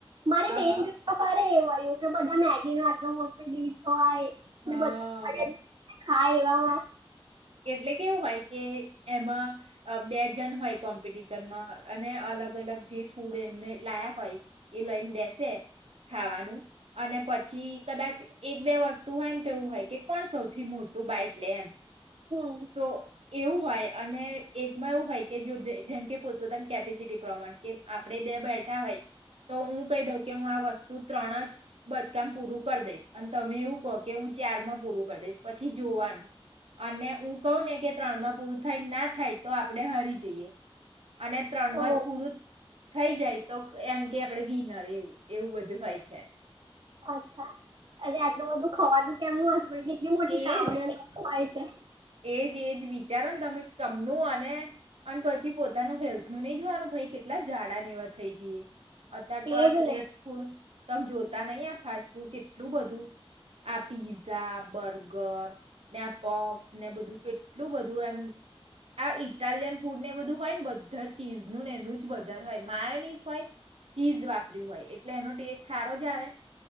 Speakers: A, on the right (about 55°); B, on the right (about 85°).
A: મારી
B: આહા
A: બેન આ ભારે એવું આયું કે બધા મેગીનો આટલો મોટી ડીશ હોય
B: હા
A: ને બધું <unintelligible> હા એવા એવા
B: એટલે કેવું હોય કે એમાં અ બે જન હોય કોમ્પિટિશનમાં અને અલગ-અલગ જે ફૂડ એમને લાયા હોય એ લઈન બેસે ખાવાનું અને પછી કદાચ એક બે વસ્તુ હોય ને તો એવું હોય કે કોણ સૌથી મોટું બાયટ લે એમ.
A: હમ્મ.
B: તો એવું હોય અને એકમાં એવું હોય કે જો જેમ કે પોતપોતાની કેપેસિટી પ્રમાણ કે આપણે બે બેઠાં હોય તો હું કહી દઉં કે હું આ વસ્તુ ત્રણ જ બચકામ પૂરું કર દઈશ અને તમે એવું કો કે હું ચાર મમાં પૂરું કર દઈશ પછી જોવાનું અને ઉ કહું ને કે ત્રણમાં પૂરું થાય, ના થાય તો આપડે હારી જઈએ. અને ત્રણમાં
A: ઓ
B: જ પૂરું થઈ જાય તો એમ કે આપડે વિનર એવું એવું બધું હોય છે.
A: અચ્છા, અરે આટલું બધું ખવાનું કેમનું હશે પણ કેટલી મોટી
B: એજ
A: તાવડીઓને એવું બધું હોય છે.
B: એજ એજ વિચારો ને તમે કમનું અને અન પછી પોતાનું હેલ્થનુ નહીં જોવાનું ભઈ કેટલા જાડાને એવાં થઈ જઈએ. અત્યાર
A: એજ
B: તો આ
A: ને
B: સ્ટ્રીટ ફૂડ તમે જોતા નહીં આ ફાસ્ટ ફૂડ કેટલું બધું આ પિઝા, બર્ગર ને આ પફ. ને બધું કેટલું બધું એમ. આ ઈટાલિયન ફૂડને એ બધું હોય ને વધારે ચીઝનું ને એનું જ વધારે હોય માયોનીસ હોય. ચીઝ વાપર્યું હોય એટલે એનો ટેસ્ટ હારો જ આવે.